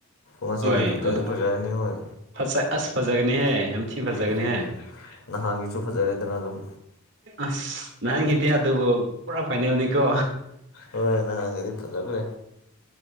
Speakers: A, on the left (about 75°); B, on the right (about 55°).
A: ꯉꯁꯤꯗꯤ
B: ꯍꯣꯏ
A: ꯐꯖꯁꯨ
B: ꯑꯗ
A: ꯐꯖꯔꯅꯤ ꯍꯣꯏ
B: ꯐꯖ ꯑꯁ ꯐꯖꯒꯅꯤꯍꯦ ꯌꯥꯝ ꯊꯤ ꯐꯖꯒꯅꯤꯍꯦ
A: ꯎꯝ ꯅꯍꯥꯟꯒꯤꯁꯨ ꯐꯖꯔꯦꯗꯅ ꯑꯗꯨꯝ
B: ꯑꯁ ꯅꯍꯟꯒꯤꯗꯤ ꯑꯗꯨꯕꯨ ꯄꯨꯔꯥ ꯐꯥꯏꯅꯦꯜꯅꯤꯀꯣ
A: ꯍꯣꯏ ꯅꯍꯥꯟꯒꯗꯤ ꯐꯖꯒ꯭ꯔꯦ